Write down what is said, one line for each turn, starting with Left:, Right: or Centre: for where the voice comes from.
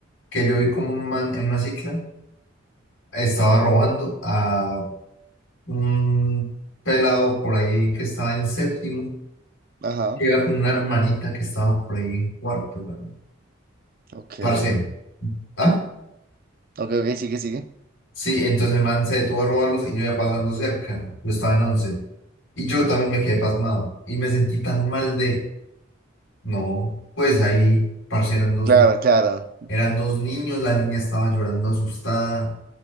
Left: que yo vi como un man en una cicla estaba robando a un pelado por ahí que estaba en séptimo,
Right: Ajá,
Left: que iba con una hermanita que estaba por ahí en cuarto, weón.
Right: ok.
Left: Parce, ¿ah?
Right: Ok, ok, sigue, sigue.
Left: Sí, entonces el man se detuvo a robarlos y yo iba pasando cerca, yo estaba en once, y yo también me quedé pasmado, y me sentí tan mal de No, pues ahí, parce, eran dos,
Right: Claro,
Left: ni-
Right: claro.
Left: eran dos niños, la niña estaba llorando asustada.